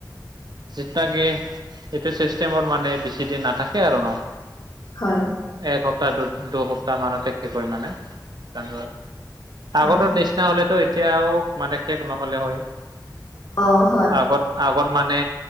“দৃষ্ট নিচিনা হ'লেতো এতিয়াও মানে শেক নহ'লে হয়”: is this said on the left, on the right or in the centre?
Right